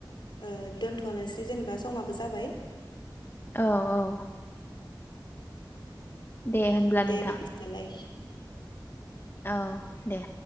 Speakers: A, on the left (about 70°); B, on the left (about 30°).
A: ओ दोनथ'नोसै जेनेबा समाबो जाबाय
B: औ औ दे होनब्ला
A: दे
B: नोंथां
A: बिदिब्ला लाय
B: औ दे